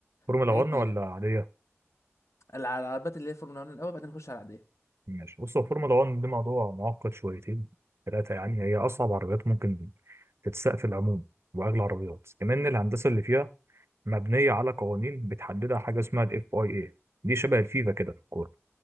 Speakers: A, on the right (about 60°); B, on the left (about 75°).
A: فورمولا
B: الحاجات
A: 1
B: دي
A: ولا
B: يعني
A: عادية
B: الع- العربيات اللي هي الفورمولا 1 الاول بعدين نخش على العاديه
A: ماشي بص هو فورمولا 1 دي موضوع معقد شويتين ثلاثة يعني هي أصعب عربيات ممكن تتساق في العموم وأغلى عربيات كمان
B: مم.
A: الهندسة اللي فيها مبنية على قوانين بتحددها حاجة اسمها ال FIA دي شبه الفيفا كده في الكورة